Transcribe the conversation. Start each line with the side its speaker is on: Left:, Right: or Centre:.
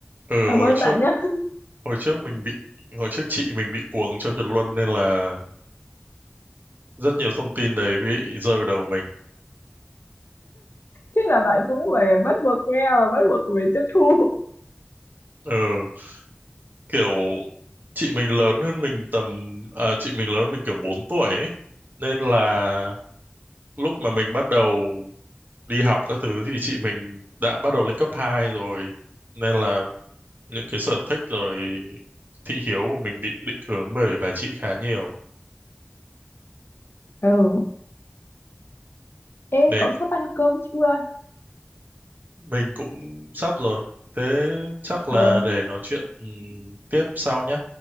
Right: Ừ,
Left: cảm
Right: hồi
Left: ơn
Right: trước
Left: bạn nhé <laughs>
Right: hồi trước mình bị hồi trước chị mình bị cuồng Châu Kiệt Luân nên là rất nhiều thông tin đấy bị rơi vào đầu mình.
Left: thế là bạn cũng phải bắt buộc nghe và bắt buộc phải tiếp thu
Right: Ừ, kiểu chị mình lớn hơn mình tầm à, chị mình lớn mình kiểu 4 tuổi ấy. nên là lúc mà mình bắt đầu đi học các thứ thì chị mình đã bắt đầu lên cấp 2 rồi nên là những cái sở thích rồi thị hiếu của mình bị định hướng bởi bà chị khá nhiều
Left: ừ ê
Right: nên
Left: cậu sắp ăn cơm chưa
Right: mình cũng sắp rồi thế chắc
Left: ờ
Right: là để nói chuyện ừm, tiếp sau nhé